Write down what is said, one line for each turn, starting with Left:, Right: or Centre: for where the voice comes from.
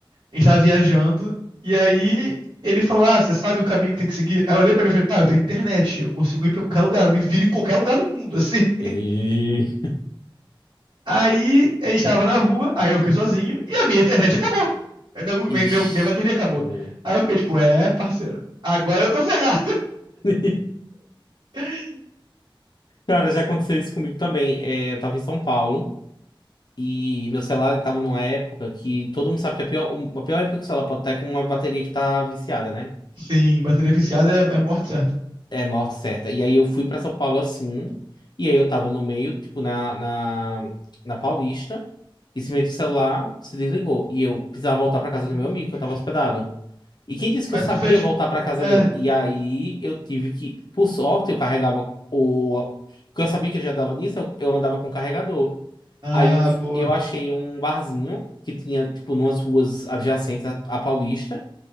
Right: A gente tava viajando, e aí ele falou: Ah, você sabe o caminho que tem que seguir? Aí eu olhei pra ele e falei: Pá, eu tenho internet, eu consigo ir pra qualquer lugar, eu me viro em qualquer lugar do mundo, <laughs> assim.
Left: E...
Right: Aí a gente tava na rua, aí eu fiquei sozinho, e a minha internet acabou. A Minha, lu- minha,
Left: Ixi.
Right: minha- minha bateria acabou.
Left: Eu-
Right: Aí eu fiquei tipo: É, parceiro, agora eu tô ferrado.
Left: <laughs>
Right: <laughs>
Left: Cara, já aconteceu isso comigo também. É, eu tava em São Paulo e meu celular ele tava numa época que todo mundo sabe que a pior, a pior época que o celular pode estar é com uma bateria que tá viciada, né?
Right: Sim, bateria viciada é, é morte certa.
Left: É, morte certa. E aí eu fui pra São Paulo assim, e aí eu tava no meio, tipo, na, na, na Paulista, e simplesmente o celular se desligou. E eu precisava voltar pra casa do
Right: Jesus.
Left: meu amigo, que eu tava hospedado. E quem disse que
Right: Como
Left: eu
Right: é
Left: sabia
Right: que tu fez?
Left: voltar pra casa
Right: É.
Left: dele? E aí eu tive que, por sorte, eu carregava o. Porque eu sabia que ele já dava nisso, eu, eu andava com o carregador.
Right: Ah,
Left: Aí eu,
Right: boa.
Left: eu achei um barzinho que tinha, tipo, numas ruas adjacentes à à Paulista.